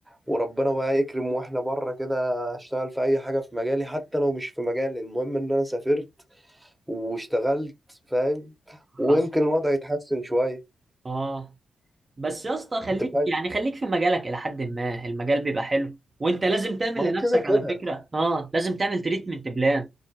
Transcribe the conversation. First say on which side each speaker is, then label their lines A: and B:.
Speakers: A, in the centre; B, on the right (about 35°).
A: وربنا بقى يكرم واحنا بره كده اشتغل في اي حاجه في مجالي حتى لو مش في مجالي المهم ان انا سافرت واشتغلت فاهم ويمكن
B: حصل
A: الوضع يتحسن شويه
B: اه بس يا اسطى خليك
A: انت فاهم
B: يعني خليك في مجالك الى حد ما المجال بيبقى حلو وانت لازم تعمل
A: ما هو
B: لنفسك
A: كده
B: على
A: كده
B: فكرة اه لازم تعمل تريتمنت بلان